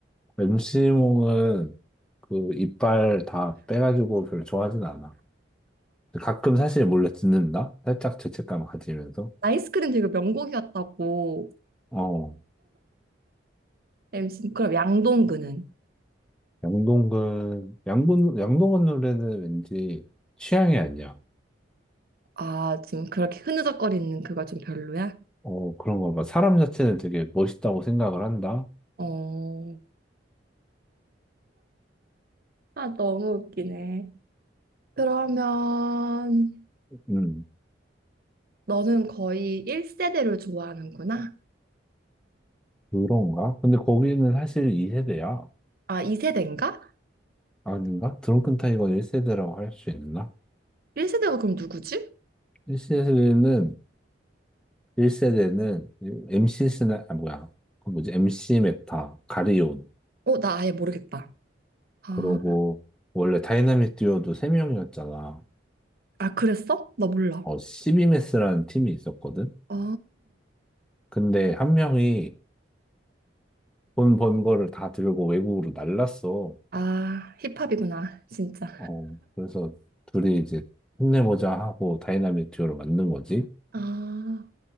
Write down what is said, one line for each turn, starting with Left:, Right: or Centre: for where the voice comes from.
Centre: MC몽은 그 이빨 다 빼가지고 별로 좋아하진 않아. 가끔 사실 몰래 듣는다? 살짝 죄책감 가지면서.
Right: 아이스크림 되게 명곡이었다고.
Centre: 어,
Right: MC 그럼 양동근은
Centre: 양동근, 양군, 양동근 노래는 왠지 취향이 아니야.
Right: 아, 지금 그렇게 흐느적거리는 그거 좀 별로야?
Centre: 어, 그런가 봐. 사람 자체는 되게 멋있다고 생각을 한다?
Right: 어. 아, 너무 웃기네. 그러면
Centre: 음,
Right: 너는 거의 1세대를 좋아하는구나.
Centre: 그런가? 근데 거기는 사실 2세대야.
Right: 아, 2세대인가?
Centre: 아닌가? 드렁큰 타이거는 1세대라고 할 수 있나?
Right: 1세대가 그럼 누구지?
Centre: 1세대는, 1세대는 MC 스나, 아, 뭐야. 그 뭐지? MC 메타, 가리온.
Right: 어, 나 아예 모르겠다. 아,
Centre: 그러고, 원래 다이나믹 듀오도 3명이었잖아.
Right: 아, 그랬어? 나 몰라.
Centre: 어, CBMS라는 팀이 있었거든?
Right: 아,
Centre: 근데 한 명이 돈 번 거를 다 들고 외국으로 날랐어.
Right: 아, 힙합이구나, 진짜.
Centre: 어, 그래서 둘이 이제 힘내보자 하고 다이나믹 듀오를 만든 거지.
Right: 아,